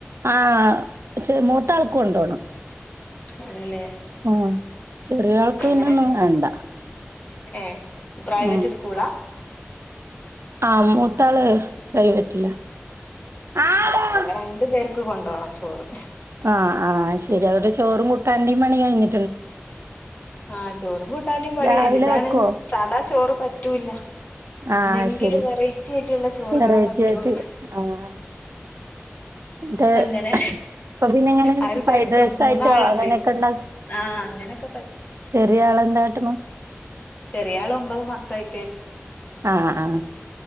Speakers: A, on the right (about 70°); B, on the left (about 35°).
A: ആഹ് ചെർ മൂ ത്താൾക്കൊണ്ടോണം
B: ആണല്ലേ
A: ഉം ചെറിയ ആൾക്ക്
B: എങ്ങനെ
A: പിന്നെ ഒന്നും വേണ്ട.
B: ഏഹ് പ്രൈവറ്റ്
A: ഉം
B: സ്കൂളാ?
A: ആ മൂത്താള് പ്രൈവറ്റിലാ. ആഹ്
B: ഉം ഇവടെ രണ്ട് പേർക്ക് കൊണ്ടോണം ചോറ്.
A: ആഹ് ആഹ് അഹ്ശരി അതോണ്ട് ചോറും കൂട്ടാൻന്റിം പണി കഴിഞ്ഞ്
B: ആഹ് ചോറും കൂട്ടാന്റീം പണി
A: രാവിലെ
B: കയ്ഞ്ഞ് ഇതാണ്
A: വെക്കോ?
B: സാധാ ചോറ് പറ്റൂല്ല.
A: ആഹ്
B: എന്തെങ്കിലും
A: ശരി
B: വെറൈറ്റി ആയിട്ടുള്ള ചോറ്കളെ
A: വെറൈറ്റി
B: പറ്റൊള്ളൂ.
A: ആയിട്ട് ആഹ് ന്നിട്ട്
B: അങ്ങനെ
A: ഇപ്പൊ പിന്നെ ഇങ്ങനെ
B: ആഹ് ഒര്
A: ഫ്രൈഡ്
B: തെരക്ക
A: റൈസ്
B: മൂന്നാള്ണ്ട്.
A: ആയിട്ടോ അങ്ങനെയൊക്കെ ഇണ്ടാ
B: ആഹ് അങ്ങനെക്കെ പറ്റും.
A: ചെറിയ ആളെന്താട്ട്ന്ന്?
B: ചെറിയാള് ഒമ്പത് മാസായി.
A: ആഹ് ആഹ്